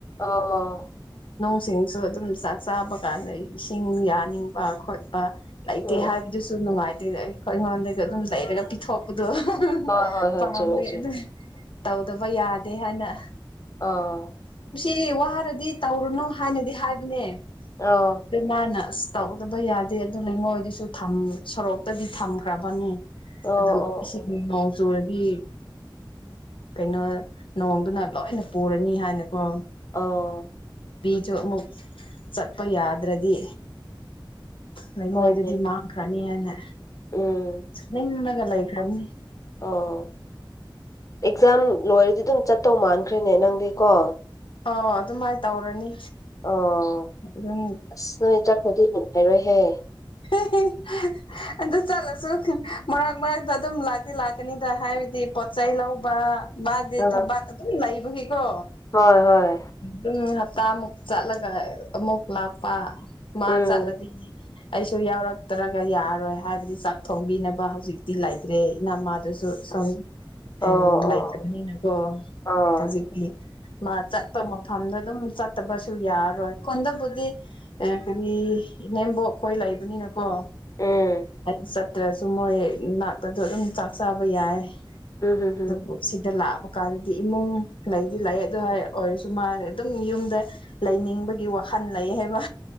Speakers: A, on the left; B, on the left.
A: ꯑꯣ
B: ꯏꯁꯤꯡꯖꯨ ꯑꯗꯨꯝ ꯆꯥꯛ ꯆꯥꯕ ꯀꯥꯟꯗ ꯏꯁꯤꯡ ꯌꯥꯅꯤꯡꯕ- ꯈꯣꯠꯄ ꯂꯩꯇꯦ
A: ꯎꯝ
B: ꯍꯥꯏꯕꯗꯨꯁꯨ ꯅꯨꯡꯉꯥꯏꯇꯦꯗꯥ ꯑꯩꯈꯣꯏ ꯑꯩꯉꯣꯟꯗꯩꯖꯨ ꯑꯗꯨꯝ ꯂꯩꯔꯒ ꯄꯤꯊꯣꯛꯄ ꯑꯗꯣ ꯍꯨꯡ ꯍꯨꯡ
A: ꯍꯣꯏ ꯍꯣꯏ ꯍꯣꯏ
B: ꯄꯥꯝꯃꯦꯅ
A: ꯆꯨꯝꯃꯦ ꯆꯨꯝꯃꯦ
B: ꯑꯗꯨ ꯇꯧꯗꯕ ꯌꯥꯗꯦ ꯍꯥꯏꯅ
A: ꯑꯣ ꯑꯥ
B: ꯗꯤ ꯋꯥꯔꯗꯤ ꯇꯧꯔꯨꯅꯨ ꯍꯥꯏꯅꯗꯤ ꯍꯥꯏꯕꯅꯦ
A: ꯑꯥ
B: ꯑꯗꯣ ꯃꯥꯅ ꯑꯥꯁ ꯇꯧꯗꯕ ꯌꯥꯗꯦ ꯑꯗꯨꯅꯥ ꯂꯩꯉꯣꯏꯗꯨꯁꯨ ꯊꯝ ꯁꯣꯔꯣꯛꯇꯗꯤ ꯊꯝꯈ꯭ꯔꯕꯅꯤ
A: ꯑꯣ
B: ꯑꯗꯨ
A: ꯑꯣ
B: ꯏꯁꯤꯡ
A: ꯑꯣ
B: ꯅꯣꯡ ꯆꯨꯨꯔꯗꯤ ꯀꯩꯅꯣ ꯅꯣꯡꯗꯨꯅ ꯂꯣꯏꯅꯥ ꯄꯨꯔꯅꯤ ꯍꯥꯏꯅ ꯀꯣ
A: ꯑꯣ
B: ꯖꯨ ꯑꯃꯨꯛ ꯆꯠꯄ ꯌꯥꯗ꯭ꯔꯗꯤ ꯂꯩꯉꯣꯏꯗꯨꯗꯤ
A: ꯍꯣꯏꯅꯦ
B: ꯃꯥꯡꯈ꯭ꯔ ꯅꯤ ꯍꯥꯏꯅ
A: ꯎꯝ
B: ꯅꯤꯡꯉꯒ ꯂꯩꯈ꯭ꯔꯅꯤ
A: ꯑꯣ ꯑꯦꯛꯖꯥꯝ ꯂꯣꯏꯔꯗꯤ ꯑꯗꯨꯝ ꯆꯠꯇꯧ ꯃꯥꯟꯈ꯭ꯔꯦꯅꯦ ꯅꯪꯗꯤꯀꯣ
B: ꯑꯣ ꯑꯗꯨꯃꯥꯏ ꯇꯧꯔꯅꯤ
A: ꯑꯣ
B: ꯑꯗꯨꯝ
A: ꯑꯁ ꯅꯣꯏ ꯆꯠꯈ꯭ꯔꯗꯤ ꯕꯤꯠ ꯂꯩꯔꯣꯏꯍꯦ
B: ꯍꯦ ꯍꯦ ꯑꯗꯨ ꯆꯠꯂ ꯃꯔꯛ ꯃꯔꯛꯇ ꯑꯗꯨꯝ ꯂꯥꯛꯇꯤ ꯂꯥꯛꯀꯅꯤꯗꯥ ꯍꯥꯏꯕꯗꯤ ꯄꯣꯠꯆꯩ ꯂꯧꯕ ꯃꯥꯗꯤ
A: ꯑꯥ
B: ꯊꯕꯥꯛ ꯑꯗꯨꯝ ꯂꯩꯕꯒꯤꯀꯣ
A: ꯍꯣꯏ ꯍꯣꯏ
B: ꯗꯨꯝ ꯇꯥꯥꯃꯨꯛ ꯆꯠꯂꯒ ꯑꯃꯨꯛ ꯂꯥꯛꯄ ꯃꯥ
A: ꯎꯝ
B: ꯆꯠꯂꯗꯤ ꯑꯩꯁꯨ ꯌꯥꯎꯔꯛꯇ꯭ꯔꯒ ꯌꯥꯔꯣꯏ ꯍꯥꯏꯕꯗꯤ ꯆꯥꯛ ꯊꯣꯡꯕꯤꯅꯕ ꯍꯧꯖꯤꯛꯇꯤ ꯂꯥꯏꯇ꯭ꯔꯦ ꯅꯃꯥꯗꯨꯁꯨ ꯁꯨꯝ
A: ꯑꯣ
B: ꯎꯝ
A: ꯑꯣ ꯑꯣ
B: ꯂꯩꯇꯕꯅꯤꯅꯀꯣ
A: ꯑꯣ
B: ꯍꯧꯖꯤꯛꯤ ꯃꯥ ꯆꯠꯄ
A: ꯎꯝ
B: ꯃꯐꯝꯗ ꯑꯗꯨꯝ ꯆꯠ ꯇꯕꯁꯨ ꯌꯥꯔꯔꯣꯏ ꯈꯣꯟꯗꯕꯨꯗꯤ ꯑꯦ ꯄꯦꯃꯤ ꯏꯅꯦꯝꯕꯣꯛ ꯈꯣꯏ ꯂꯩꯕꯅꯤꯅ ꯀꯣ
A: ꯎꯝ
B: ꯑꯩ ꯆꯠꯇ꯭ꯔꯖꯨ ꯃꯣꯏ ꯅꯥꯛꯇꯗꯨ ꯑꯗꯨꯝ ꯆꯥꯛ ꯆꯥꯕ ꯌꯥꯏ
A: ꯎꯝ ꯍꯝ ꯍꯝ
B: ꯆꯝꯄꯨꯠ ꯁꯤꯗ ꯂꯥꯛ ꯃꯨꯛꯀꯥꯟꯗꯗꯤ ꯏꯃꯨꯡ ꯂꯩꯗꯤ ꯂꯥꯏ ꯑꯗꯨ ꯍꯥꯏ ꯑꯣꯏꯔꯁꯨ ꯃꯥ ꯑꯗꯨꯝ ꯌꯨꯝꯗ ꯂꯩꯅꯤꯡꯕꯒꯤ ꯋꯥ ꯈꯟ ꯂꯩꯥꯌꯦ ꯍꯥꯏꯕ